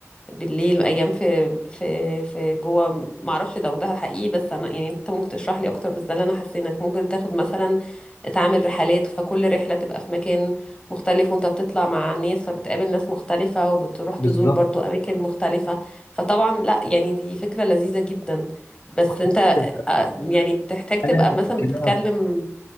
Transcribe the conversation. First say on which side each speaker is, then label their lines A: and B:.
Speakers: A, on the left; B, on the left.
A: بالليل ايام في في في جوه ما اعرفش ده وده حقيقي بس انا يعني انت ممكن تشرح لي اكتر بس ده اللي انا حسينك ممكن تاخد مثلا تعمل رحلات فكل رحله تبقى في مكان مختلف وانت بتطلع مع الناس فبتقابل ناس مختلفه وبتروح
B: بالظبط
A: تزور برضو اماكن مختلفه فطبعا لا يعني دي فكره لذيذه جدا بس
B: وحتى
A: انت آه، يعني بتحتاج تبقى
B: حاجة هتبقى
A: مثلا
B: كده
A: بتتكلم